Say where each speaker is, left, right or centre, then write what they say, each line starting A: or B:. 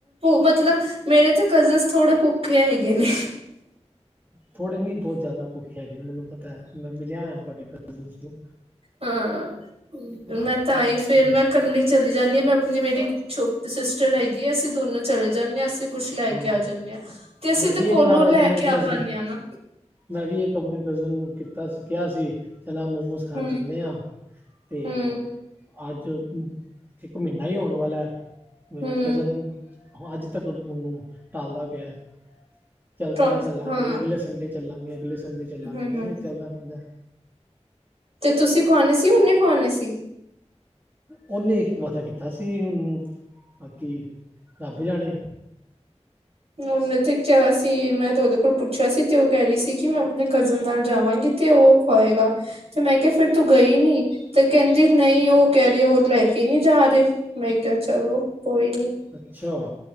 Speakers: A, on the right; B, on the right.
A: ਮਤਲਬ ਮੇਰੇ ਤੇ ਕਜ਼ਨਜ਼ ਥੋੜੇ ਭੁੱਖੇ ਹੈਗੇ ਨੇ।
B: ਥੋੜੇ ਨੀ ਬਹੁਤ ਜ਼ਿਆਦਾ ਭੁੱਖੇ ਹੈਗੇ ਨੇ ਮੈਨੂੰ ਪਤਾ, ਮੈਂ ਮਿਲਿਆ ਹੋਇਆਂ ਤੁਹਾਡੇ ਕਜ਼ ਕਜ਼ਨਜ਼ ਨੂੰ।
A: ਹਾਂ
B: ਹਾਂ
A: ਮੈਂ ਤਾਂਹੀ ਫੇਰ ਮੈਂ ਕੱਲੀ ਚਲੀ ਜਾਂਦੀ ਆਂ, ਮੈਂ ਆਪਣੀ ਮੇਰੀ ਛੋਟੀ ਸਿਸਟਰ ਹੈਗੀ ਆ, ਅਸੀਂ ਦੋਨੋਂ ਚਲੇ ਜਾਂਨੇ ਆਂ ਅਸੀਂ। ਕੁਛ ਲੈ
B: ਹਾਂ
A: ਕੇ ਆ ਜਾਂਨੇ ਆਂ, ਤੇ ਅਸੀਂ
B: ਮੈਂ ਵੀ
A: ਤਾਂ
B: ਇੱਕ
A: ਕੋਲੋਂ
B: ਵਾਰ ਆਪਣੇ
A: ਲੈ ਕੇ
B: ਕਜ਼ਨ
A: ਆਪ ਆਨੇ ਆਂ ਨਾ।
B: ਮੈਂ ਵੀ ਇੱਕ ਆਪਣੇ ਕਜ਼ਨ ਨੂੰ ਕੀਤਾ ਕਿਹਾ ਸੀ, ਚਲ ਆ ਮੋਮੋਸ ਖਾਣ
A: ਹਮ
B: ਚੱਲਦੇ ਆਂ, ਤੇ
A: ਹਮ
B: ਅੱਜ ਇੱਕ ਮਹੀਨਾ ਹੀ ਹੋਣ ਵਾਲਾ ਐ, ਮੇਰੇ
A: ਹਮ
B: ਕਜ਼ਨ ਨੂੰ ਖਵਾ ਦਿੱਤਾ। ਓਹ ਥੋਨੂੰ ਟਾਲਦਾ ਪਿਆ। ਚੱਲ
A: ਤਾਂ
B: ਕੱਲ ਚੱਲਾਂਗੇ,
A: ਹਾਂ
B: ਅਗਲੇ ਸੰਡੇ ਚੱਲਾਂਗੇ, ਅਗਲੇ ਸੰਡੇ ਚੱਲਾਂਗੇ
A: ਹਮ
B: ਐਵੀਂ ਚੱਲਦਾ ਰਹਿੰਦਾ।
A: ਤੇ ਤੁਸੀਂ ਖਵਾਣੇ ਸੀ, ਓਨੇ ਖਵਾਣੇ ਸੀ।
B: ਉਹਨੇ ਇੱਕ ਵਾਦਾ ਕੀਤਾ ਸੀ, ਉਹਨੂੰ ਬਾਕੀ ਰੱਬ ਜਾਣੇ।
A: ਉਹਨੇ ਤੇ ਕਿਹਾ ਸੀ, ਮੈਂ ਤੇ ਉਹਦੇ ਕੋਲੋ ਪੁੱਛਿਆ ਸੀ ਤੇ ਉਹ ਕਹਿ ਰਹੀ ਸੀ, ਕਿ ਮੈਂ ਆਪਣੇ ਕਜ਼ਨ ਨਾਲ ਜਾਵਾਂਗੀ। ਤੇ ਉਹ ਖੁਆਏਗਾ, ਤੇ ਮੈਂ ਕਿਹਾ ਫੇਰ ਤੂੰ ਗਈ ਨੀ। ਤੇ ਕਹਿੰਦੀ ਨਹੀਂ ਉਹ ਕਹਿ ਰਹੇ ਉਹ ਲੈ ਕੇ ਨਹੀ ਜਾ ਰਹੇ, ਮੈਂ ਕਿਹਾ ਚਲੋ ਕੋਈ ਨੀ।
B: ਅੱਛਾ।